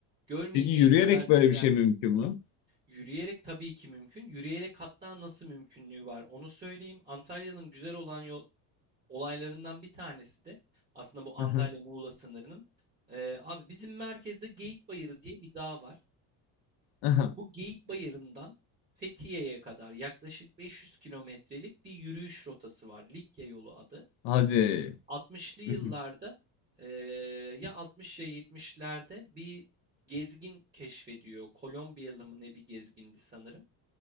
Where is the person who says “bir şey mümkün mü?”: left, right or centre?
Left